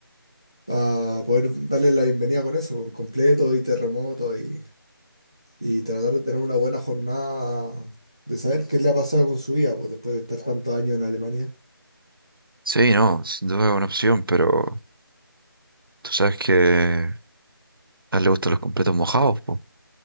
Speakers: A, on the left; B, on the right.
A: para poder darle la bienvenida con eso, con completo y terremoto y, y tratar de tener una buena jornada de saber qué le ha pasado con su vida pues, después de estar tantos años en Alemania.
B: Sí, no, sin duda es una opción, pero tú sabes que A él le gustan los completos mojados, po.